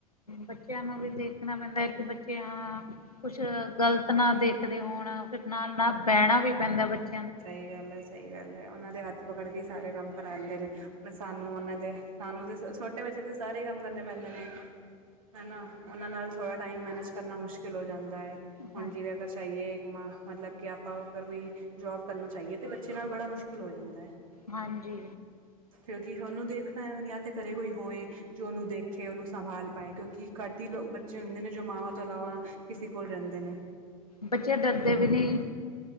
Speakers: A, on the left (about 85°); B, on the right (about 65°).
A: ਬੱਚਿਆਂ ਨੂੰ ਵੀ ਦੇਖਨਾ ਪੈਂਦੈ ਕਿ ਬੱਚੇ ਹਾਂ। ਕੁੱਛ ਗ਼ਲਤ ਨਾ ਦੇਖਦੇ ਹੋਣ ਫੇਰ ਨਾਲ ਨਾ ਬੈਣਾ ਵੀ ਪੈਂਦਾ, ਬੱਚੇ।
B: ਸਈ ਗੱਲ ਐ- ਸਈ ਗੱਲ ਐ, ਓਨਾਂ ਦੇ ਹੱਥ ਪਕੜ ਕੇ ਈ ਸਾਰੇ ਕੰਮ ਕਰਾਂਦੇ ਨੇ, ਹੁਨ ਸਾਨੂੰ ਓਨਾਂ ਦੇ ਸਾਨੂੰ ਤੇ ਛੋਟੇ ਬੱਚਯਾ ਦੇ ਸਾਰੇ ਕੰਮ ਕਰਨੇ ਪੈਂਦੇ ਨੇ। ਹੈਨਾ, ਓਨਾਂ ਨਾਲ ਥੋੜਾ ਟਾਈਮ ਮੈਨੇਜ ਕਰਨਾ ਮੁਸ਼ਕਿਲ ਹੋ ਜਾਂਦਾ ਐ। ਹੁਣ
A: ਹਾਂ
B: ਜਿਵੇਂ ਆਪਾ ਚਾਈਏ ਏਕ ਮਾਂ, ਮਤਲਬ ਕਿ ਆਪਾ ਫੇਰ ਕੋਈ ਜੋਬ ਕਰਨਾ ਚਾਈਏ, ਤੇ ਬੱਚੇ ਨਾਲ ਬੜਾ ਮੁਸ਼ਕਿਲ ਹੋ ਜਾਂਦਾ ਹੈ।
A: ਹਾਂਜੀ।
B: ਕਿਉਂਕਿ ਓਨੂੰ ਦੇਖਣਾ ਏ, ਯਾ ਤੇ ਘਰੇ ਕੋਈ ਹੋਏ ਜੋ ਓਨੂੰ ਦੇਖੇ, ਓਨੂੰ ਸੰਭਾਲ ਪਾਏ, ਕਯੋਕਿ ਘੱਟ ਹੀ ਬੱਚੇ ਹੁੰਦੇ ਨੇ ਜੋ ਮਾਵਾਂ ਤੋਂ ਇਲਾਵਾ, ਕਿਸੇ ਕੋਲ ਰੈਂਦੇ ਨੇ।
A: ਬੱਚੇ ਡਰਦੇ ਵੀ ਨੇ।